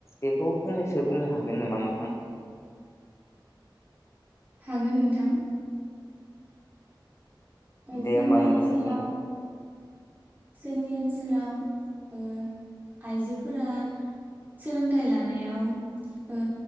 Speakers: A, on the left (about 35°); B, on the right (about 20°).
A: बेखौ फंनैसो बुंनो हागोन नामा नोंथां।
B: हागोन नोंथां। ओय
A: दे
B: जोंनि
A: होमबा नोंथां
B: ओनसोलाव।
A: बुं
B: जोंनि ओनसोलाव ओ आइजोफोरा सोलोंथाइ लानायाव ओ